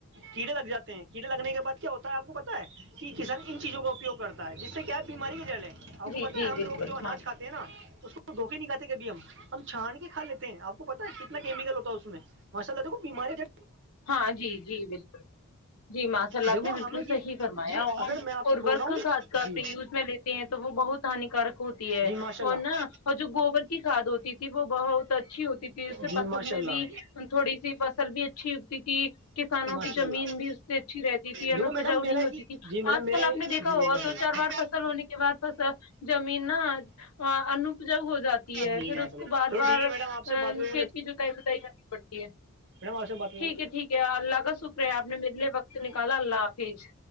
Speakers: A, on the right; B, on the left.
A: کیڑے لگ جات ہیں کیڑے لگنے کے بع کیا ہوتا ہے آپ کو پتا ہے کہ کسان ان چیزوں کا اپپیگ کرتا ہے جس سے کیا بیماری کے جلیں آپ کو
B: جی
A: پتا
B: جی
A: ہے ہم
B: بالکل
A: لوگ جو اناج کاتے نا اس کو دھوکے نکاتتے کبھی ہم ہم چھان کے کھ لیتے ہیں آپ کو پتا ہے کتنا کیمیکل ہوتا ہے اس میں ماشاء اللہ دیکھ ب بیماریاں
B: ہاں جی جی بالکل جی ماشاء اللہ
A: دیکھو
B: آپ نے بالکل
A: ہمیں یہ
B: صحیح فرمایا
A: جی اگر
B: ہم
A: میں آپ سے
B: اورورق
A: بول رہا ہوں
B: کھاد کا اپنے
A: جی
B: یوز میں ہیں تو وہ بہت ہانیکارک ہوتی ہے
A: جی ماشاء اللہ
B: اور نا اور جو گوبر کی کھاد ہوتی وہ بہت اچھی ہوتی تھی اس سے
A: جی
B: فصل
A: ماشاء
B: میں
A: اللہ
B: بھی تھوڑی سی فصل بھی اچھی تھی کسانوں
A: ماشاء
B: کی زمین
A: اللہ
B: بھی اس سے اچھی رہتی تھی
A: دیکھو
B: انپجاؤ
A: میڈم میرا
B: نہیں
A: ہے
B: ہوتی
A: کہ
B: تھی
A: جی میڈم
B: آج
A: میرا
B: کل
A: ہے
B: آپ نے دیکھا
A: جی
B: ہوگا
A: ماشاء
B: تو
A: اللہ
B: چار بار فصل ہونے کے بعد زمین نا انپجگ ہو جاتی ہے
A: جی
B: پھر
A: ماشاء
B: اس
A: اللہ
B: کو بار
A: چلو ٹھیک
B: بار
A: ہے میڈم آپ سے
B: ا
A: بات کر کے
B: کھیتی جتائی بتائی کرنی پڑتی ہے
A: مے وہا سے ب
B: ٹھیک ہے ٹھیک ہے اللہ کا شکر ہے آپ نے میرلے وقت نکالا اللہ حافظ